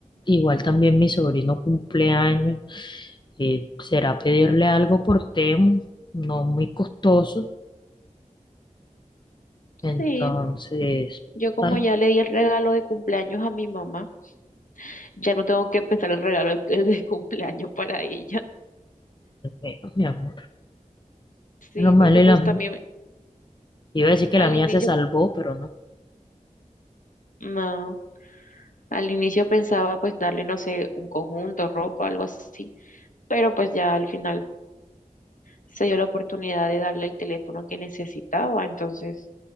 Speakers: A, on the left; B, on the left.
A: Igual también mi sobrino cumpleaños Eh, será pedirle algo por Temu, no muy costoso. Entonces,
B: Sí, yo como
A: al
B: ya le di el regalo de cumpleaños a mi mamá, ya no tengo que pensar el regalo <laughs> de, de cumpleaños para ella.
A: menos, mi amor.
B: Sí,
A: Menos mal,
B: porque
A: y
B: pues
A: la-
B: también
A: iba a decir que
B: al
A: la mía
B: inicio,
A: se salvó, pero no.
B: no, al inicio pensaba pues darle, no sé, un conjunto, ropa, algo así, pero pues ya al final. se dio la oportunidad de darle el teléfono que necesitaba, entonces